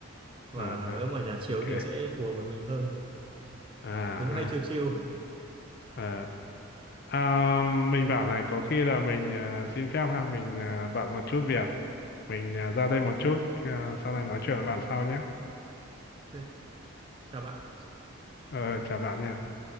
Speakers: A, on the right; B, on the left.
A: và
B: ờ, ờ,
A: nếu mà nhà chiếu
B: ok
A: thì nó sẽ phù hợp với mình hơn
B: à
A: mình cũng hay chill
B: ha
A: chill
B: ờ. à, mình bảo này có khi là mình à, xin phép ha mình à, bận một chút việc mình à, ra đây một chút khi- à, sau này nói chuyện với bạn sau nhé
A: ok chào bạn
B: ờ, chào bạn nha